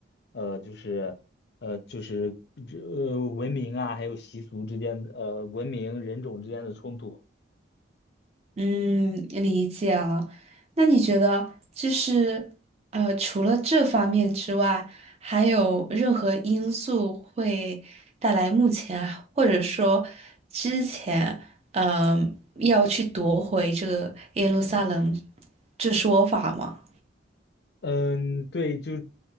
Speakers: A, on the left (about 60°); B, on the right (about 35°).
A: 呃，就是呃，就是呃，文明啊，还有习俗之间的，呃，文明人种之间的冲突。
B: 嗯，理解了。那你觉得就是呃，除了这方面之外，还有任何因素会带来目前或者说之前，嗯、要去夺回这个耶路撒冷这说法吗？
A: 嗯，对，就